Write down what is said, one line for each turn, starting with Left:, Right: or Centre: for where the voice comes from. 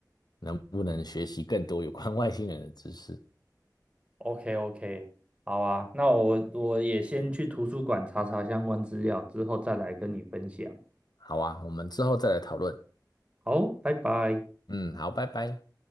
Left: 能不能学习更多有关外星人的知识。
Right: OK OK，好啊，那我我也先去图书馆查查相关资料，之后再来跟你分享。
Left: 好啊，我们之后再来讨论。
Right: 好，拜拜。
Left: 嗯，好，拜拜。